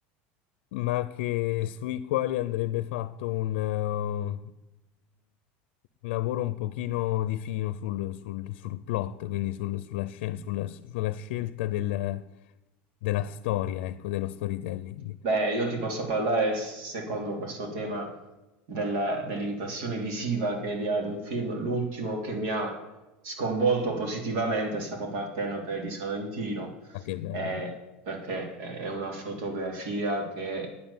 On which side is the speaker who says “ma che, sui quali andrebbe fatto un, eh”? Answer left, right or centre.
Left